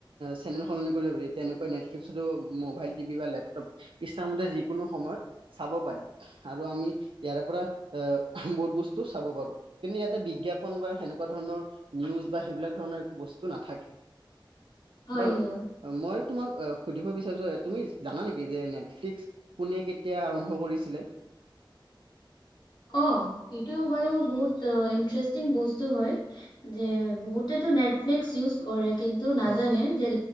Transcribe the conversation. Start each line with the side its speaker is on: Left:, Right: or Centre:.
Right: চেনেল সলনি কৰিব পাৰি তেনেকৈ নেটফ্লিক্সতো মোবাইল টিভি বা লেপটপ ইচ্ছামতে যিকোনো সময়ত চাব পাৰি আৰু আমি ইয়াৰে পৰা আহ বহুত বস্তু চাব পাৰো কিন্তু ইয়াতে বিজ্ঞাপন বা সেনেকুৱা ধৰণৰ নিউজ বা সেইবিলাক ধৰণৰ একো বস্তু নাথাকে
Left: হয়
Right: বাৰু
Left: দিয়া।
Right: মই তোমাক সুধিব তুমি জানা নেকি যে নেটফ্লিক্স কোনে কেতিয়া আৰম্ভ কৰিছিলে
Left: অঁ এইটো বাৰু বহুত অ ইণ্টাৰেষ্টিং বস্তু হয় যে বহুতেতো নেটফ্লিক্স ইউজ কৰে কিন্তু নাজানে
Right: হয়
Left: যে